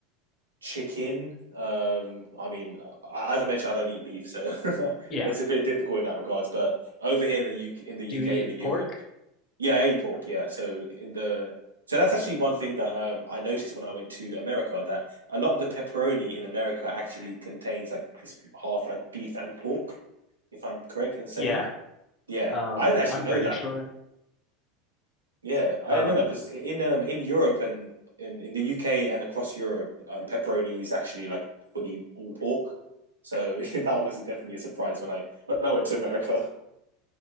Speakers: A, on the right; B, on the left.
A: chicken. Um, I mean, as I mentioned, I don't eat beef, so <laughs>
B: Yeah.
A: it's a bit difficult in that regards. But over here in the UK, in the UK
B: Do you eat
A: and in Europe,
B: pork?
A: yeah, I eat pork. Yeah, so in the so that's actually one thing that um, I noticed when I went to America that a lot of the pepperoni in America actually contains like this half like beef and pork, if I'm correct in saying.
B: Yeah.
A: Yeah,
B: Um,
A: I didn't actually
B: I'm
A: know
B: pretty
A: that.
B: sure.
A: Yeah, I
B: Um,
A: know that because in um in Europe and in, in the UK and across Europe, um, pepperoni is actually like fully all pork. So <laughs> that was definitely a surprise when I when I went to America.